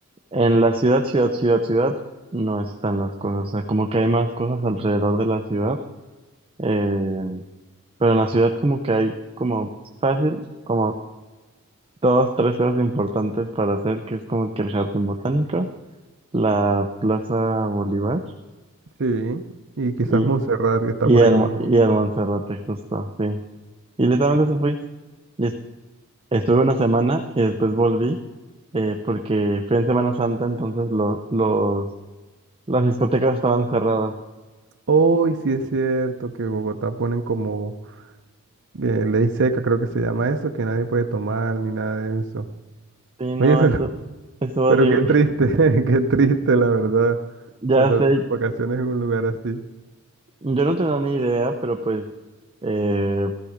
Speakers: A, on the right (about 25°); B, on the right (about 55°).
A: en la ciudad, ciudad, ciudad, ciudad, no están las cosas. O sea, como que hay más cosas alrededor de la ciudad. eh, pero en la ciudad como que hay como fácil, como Dos, tres cosas importantes para hacer, que es como que el jardín botánico, la Plaza Bolívar
B: Sí, y quizás
A: y,
B: Montserrat que está
A: y,
B: por
A: el,
B: ahí mismo.
A: y el Monserrate, justo, sí. Y literalmente eso fui. Y es- estuve una semana y después volví, eh, porque fui en Semana Santa, entonces lo- los, las discotecas estaban cerradas.
B: Hoy sí es cierto que Bogotá ponen como eh, ley seca, creo que se llama eso, que nadie puede tomar ni nada de eso.
A: Sí, no,
B: Oye, pero,
A: eso,
B: <laughs>
A: eso horrible.
B: pero qué triste,
A: <laughs>
B: <laughs> qué triste, la verdad,
A: Ya
B: pasar
A: sé,
B: tus vacaciones en un lugar así.
A: yo no tenía ni idea, pero pues eh,